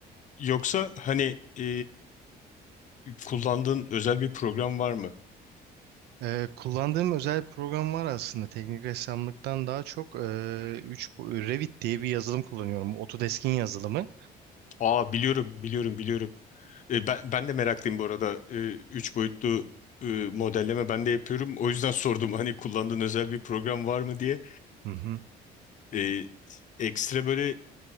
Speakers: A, on the left; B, on the right.
A: yoksa hani e, kullandığın özel bir program var mı?
B: Ee, kullandığım özel bir program var aslında. Teknik ressamlıktan daha çok e, üç, bo- Revit diye bir yazılım kullanıyorum. Autodesk'in yazılımı.
A: Aa biliyorum biliyorum biliyorum. E, ben ben de meraklıyım bu arada. E, üç boyutlu e, modelleme ben de yapıyorum. O yüzden <laughs> sordum hani kullandığın özel bir program var mı diye.
B: Hı hı.
A: E, ekstra böyle e,